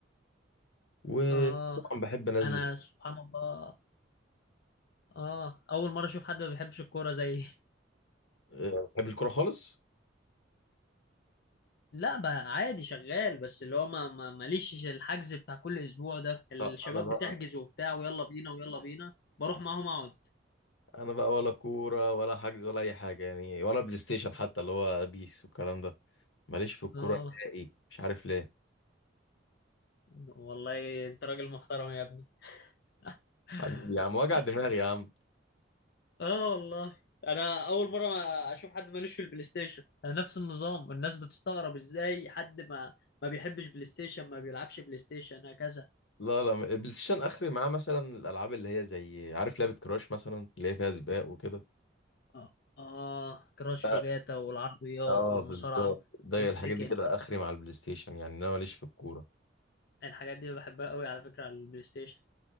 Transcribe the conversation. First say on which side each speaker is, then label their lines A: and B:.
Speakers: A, on the left; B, on the left.
A: وطبعا
B: اه
A: بحب انزل
B: انا سبحان الله اه اول مره اشوف حد ما بيحبش الكوره زيي
A: ما بحبش الكوره خالص
B: لا بقى عادي شغال بس اللي هو ما ما- ماليش الحجز بتاع كل اسبوع ده الشباب
A: لا انا بقى
B: بتحجز وبتاع ويلا بينا ويلا بينا بروح معاهم اقعد
A: انا بقى ولا كوره ولا حجز ولا اي حاجه يعني ولا بلاي ستيشن حتى اللي هو بيس والكلام ده ماليش في الكوره
B: اه
A: نهائي مش عارف ليه
B: والله انت راجل محترم يا ابني <laughs>
A: حبيبي يا عم وجع دماغي يا عم
B: اه والله انا اول مره ما اشوف حد مالوش في البلاي ستيشن انا نفس النظام الناس بتستغرب ازاي حد ما ما بيحبش بلاي ستيشن ما بيلعبش بلاي ستيشن هكذا
A: لا لا البلاي ستيشن اخري معاه مثلا الالعاب اللي هي زي عارف لعبه كراش مثلا اللي هي فيها سباق وكده
B: اه اه كراش
A: لا،
B: وجاتا والعربيات
A: اه
B: والمصارعه
A: بالظبط ده
B: والتيكن
A: الحاجات دي كده اخري مع البلاي ستيشن يعني انا ماليش في الكوره
B: الحاجات دي بحبها قوي على فكره على البلاي ستيشن